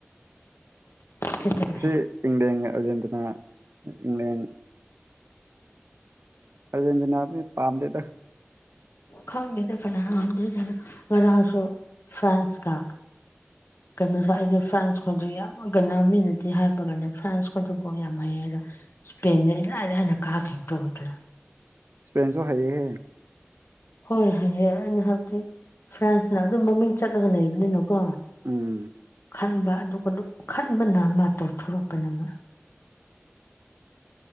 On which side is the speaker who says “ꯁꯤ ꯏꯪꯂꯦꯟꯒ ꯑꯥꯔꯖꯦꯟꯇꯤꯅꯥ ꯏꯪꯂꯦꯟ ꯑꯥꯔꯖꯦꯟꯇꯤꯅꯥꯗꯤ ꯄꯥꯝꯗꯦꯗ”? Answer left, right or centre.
Right